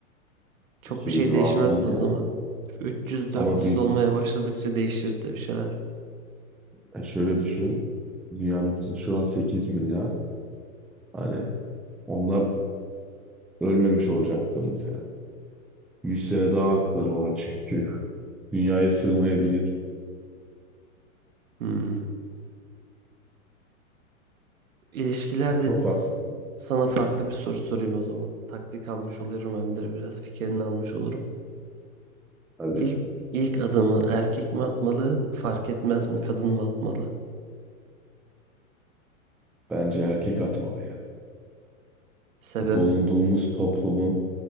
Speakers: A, on the right; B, in the centre.
A: Çok
B: 200
A: bir şey
B: yıl
A: değişmezdi
B: az değil yani.
A: o zaman. 300-400
B: Ama dü-
A: olmaya başladıkça değişirdi bir şeyler.
B: e, şöyle düşün. Dünya nüfusu şu an 8 milyar. Hani onlar ölmemiş olacaktı mesela. 100 sene daha hakları var çünkü. <laughs> Dünyaya sığmayabilir.
A: Hmm. İlişkiler
B: Ya
A: dedin.
B: çok var.
A: S- Sana farklı bir soru sorayım o zaman. Taktik almış oluyorum hem de biraz fikrini almış olurum.
B: Hadi
A: İlk ilk adımı erkek mi atmalı, fark etmez mi kadın mı atmalı?
B: bence erkek atmalı ya.
A: Sebep?
B: Bulunduğumuz toplumun